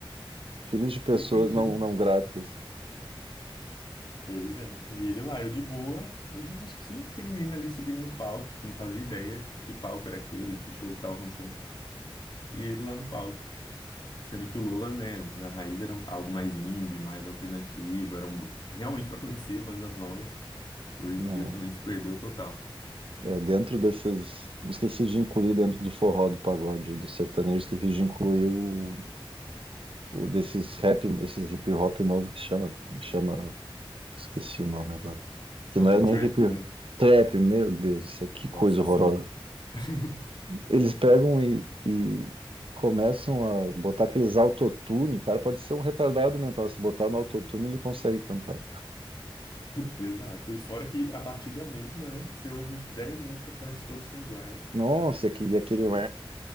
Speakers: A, on the right; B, on the left.
A: filho de pessoas
B: E eu fiquei, gente,
A: não, não gratas.
B: pois é. E ele lá, eu de boa. Eu, gente, quem é aquele menino ali subindo no palco? Tipo, não fazia ideia que palco era aquele, que show que tava acontecendo. E ele lá no palco. Sendo que o Lola, né, na raiz era um- algo mais indie, mais alternativo, era um, b- realmente para conhecer bandas novas. Hoje
A: Não,
B: em dia também se perdeu total.
A: É, dentro desses. Eu Esqueci de incluir dentro do forró, do pagode, do sertanejo, esqueci de incluir o, o desses rap, esses hip hop novo que chama, chama. Esqueci o nome agora. Que
B: Ai,
A: não é nem
B: trap,
A: hip
B: né?
A: trap, meu Deus do céu, que
B: Nossa,
A: coisa horrorosa.
B: sim. <laughs>
A: Eles pegam e, e começam a botar aqueles autotune. O cara pode ser um retardado mental. Se botar no autotune, ele consegue cantar.
B: Exato. E fora que a batida é a mesma, né? Você ouve 10 músicas, parece que todas são iguais.
A: Nossa, e aquele, e aquele.